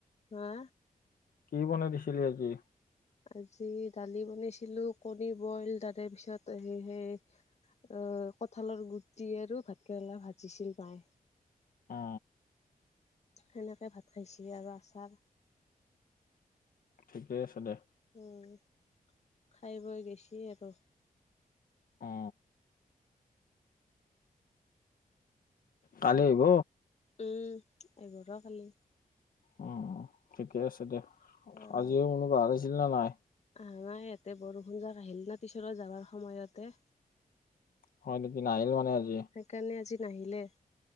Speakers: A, on the left; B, on the left.
A: হা
B: কি বনাই দিছিলি আজি
A: আজি দালি বনাইছিলো কণী বইল তাৰে পিছত সে সেই অ কঁঠালৰ গুটি আৰু ভাত কেৰেলা ভাজিছিল মায়
B: অ।
A: সেনেকে ভাত খাইছে আৰু আচাৰ
B: ঠিকে আছে দে।
A: উম, খাই-বই গেছি আৰু।
B: অ। কালি আহিব
A: উম, আহিব ৰ' কালি।
B: উম, ঠিকে আছে দে
A: অ
B: আজিও কোনোবা আহিছিল নে নাই?
A: আহা নাই ইয়াতে বৰষুণ জাক আহিল না পিছৰৰ যাবাৰ সময়তে
B: হয় নিকি নাহিল মানে আজি
A: সেইকাণে আজি নাহিলে